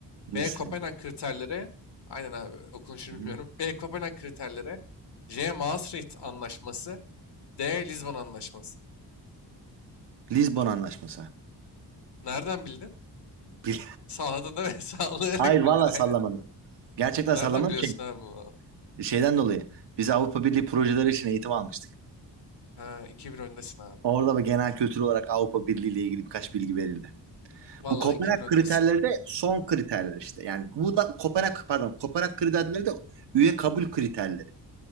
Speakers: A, on the right; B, on the left.
A: Nice.
B: B. Kopenhag kriterleri. Aynen abi okunuşunu
A: Hı hı.
B: bilmiyorum. B. Kopenhag kriterleri. C. Maastricht Anlaşması. D. Lizbon Anlaşması.
A: Lizbon Anlaşması.
B: Nereden bildin?
A: Bil-
B: Sağladın değil mi? <laughs> Sağlayarak
A: <laughs> Hayır valla
B: bildin aynen.
A: sallamadım. Gerçekten
B: Nereden
A: sallamadım.
B: biliyorsun
A: Şey,
B: abi bunu?
A: şeyden dolayı. Biz Avrupa Birliği projeleri için eğitim almıştık.
B: Ha 2-1 öndesin abi.
A: Orada da genel kültür olarak Avrupa Birliği ile ilgili birkaç bilgi verildi.
B: Vallahi
A: Bu Kopenhag
B: iki bir öndesin.
A: kriterleri de son kriterler işte. Yani bu da Kopenhag pardon Kopenhag kriterleri de üye kabul kriterleri.